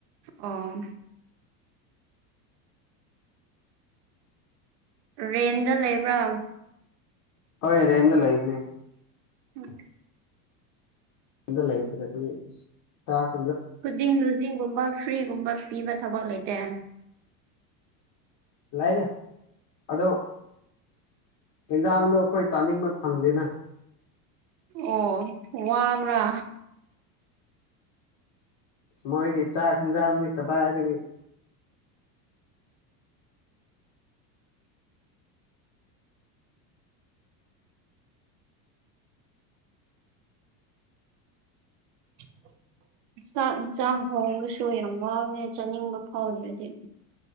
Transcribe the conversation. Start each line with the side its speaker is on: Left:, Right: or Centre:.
Right: ꯑꯣ ꯔꯦꯟꯗ ꯂꯩꯕ꯭ꯔꯥ
Left: ꯍꯣꯏ ꯔꯦꯟꯗ ꯂꯩꯕꯅꯦ
Right: ꯎꯦ
Left: ꯆꯇꯔꯗꯤ
Right: ꯈꯨꯗꯤꯡ ꯂꯨꯖꯤꯡꯒꯨꯝꯕ ꯐ꯭ꯔꯤꯒꯨꯝꯕ ꯄꯤꯕ ꯊꯕꯛ ꯂꯩꯇꯦ
Left: ꯂꯩꯥꯏ ꯑꯗꯣ ꯌꯦꯟꯖꯥꯡꯗꯣ ꯑꯩꯈꯣꯏ ꯆꯥꯅꯤꯡꯕ ꯐꯪꯗꯦꯅ
Right: ꯑꯣ ꯋꯥꯕ꯭ꯔꯥ
Left: ꯃꯣꯏꯒꯤ ꯆꯥꯛ ꯌꯦꯟꯖꯥꯡꯅꯤ ꯀꯗꯥꯏꯗꯒꯤ
Right: <unintelligible> <inaudible> ꯌꯦꯟꯁꯥꯡ ꯍꯣꯡꯕꯁꯨ ꯌꯥꯝ ꯋꯥꯦ ꯆꯥꯅꯤꯡꯕ ꯐꯥꯎꯔꯗꯤ